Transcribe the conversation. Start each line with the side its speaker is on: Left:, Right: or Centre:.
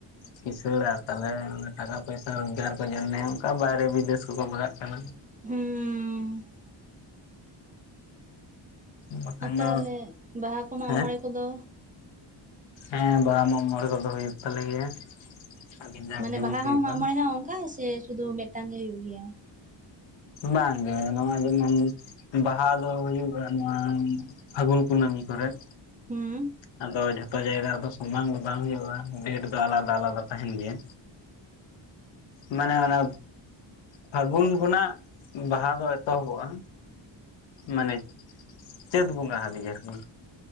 Left: ᱠᱤᱥᱟᱹᱲᱟ ᱛᱟᱞᱦᱮ ᱚᱱᱟ ᱴᱟᱠᱟ ᱯᱚᱭᱥᱟ ᱨᱳᱡᱽᱜᱟᱨ ᱠᱚ ᱧᱟᱢ ᱢᱮᱭᱟ ᱚᱱᱠᱟ ᱵᱟᱭᱨᱮ ᱵᱤᱫᱮᱥ ᱠᱚᱠᱚ ᱵᱟᱜᱟᱜ ᱠᱟᱱᱟ‌᱾
Right: ᱦᱩᱸᱻ
Left: ᱵᱟᱠᱷᱟᱱ
Right: ᱟᱨ
Left: ᱫᱚ
Right: ᱛᱟᱦᱚᱞᱮ ᱵᱟᱦᱟ ᱠᱚ ᱢᱟᱜᱢᱚᱬᱮ
Left: ᱦᱮᱸ
Right: ᱠᱚᱫᱚ
Left: ᱦᱮᱸ ᱵᱟᱦᱟ ᱢᱟᱜᱢᱚᱬᱮ ᱠᱚᱫᱚ ᱦᱩᱭᱩᱜ ᱛᱟᱞᱮ ᱜᱮᱭᱟ᱾ ᱟᱹᱰᱤ ᱡᱟᱸᱠ
Right: ᱢᱟᱱᱮ
Left: ᱡᱚᱢᱚᱠ
Right: ᱵᱟᱦᱟ
Left: ᱦᱩᱭᱩᱜᱼᱟ
Right: ᱦᱚᱸ ᱢᱟᱜᱢᱚᱬᱮ ᱦᱚᱸ ᱚᱱᱠᱟ ᱜᱮᱥᱮ ᱥᱩᱫᱷᱩ ᱢᱤᱫᱴᱟᱝ ᱜᱮ ᱦᱳᱭᱳᱜ ᱜᱮᱭᱟ?
Left: ᱵᱟᱝ ᱜᱮ ᱱᱚᱣᱟ ᱡᱮᱢᱚᱱ᱾ ᱵᱟᱦᱟ ᱫᱚ ᱦᱩᱭᱩᱜᱼᱟ ᱱᱚᱶᱟ ᱯᱷᱟᱹᱜᱩᱱ ᱠᱩᱱᱟᱹᱢᱤ ᱠᱚᱨᱮᱫ᱾
Right: ᱦᱩᱸ
Left: ᱟᱫᱚ ᱡᱷᱚᱛᱼᱼ ᱡᱚᱛᱚ ᱡᱟᱭᱜᱟ ᱫᱚ ᱥᱚᱢᱟᱱ ᱫᱚ ᱵᱟᱝ ᱦᱩᱭᱩᱜᱼᱟ ᱰᱮᱴ ᱫᱚ ᱟᱞᱟᱫᱟ ᱟᱞᱟᱫᱟ ᱛᱟᱦᱮᱱ ᱜᱮᱭᱟ᱾ ᱢᱟᱱᱮ ᱚᱱᱟ ᱯᱷᱟᱹᱜᱩᱱ ᱠᱷᱚᱱᱟᱜ ᱵᱟᱦᱟ ᱫᱚ ᱮᱛᱚᱦᱚᱵᱚᱜᱼᱟ᱾ ᱢᱟᱱᱮ ᱪᱟᱹᱛ ᱵᱚᱸᱜᱟ ᱦᱟᱹᱵᱤᱡ ᱟᱨᱠᱤ᱾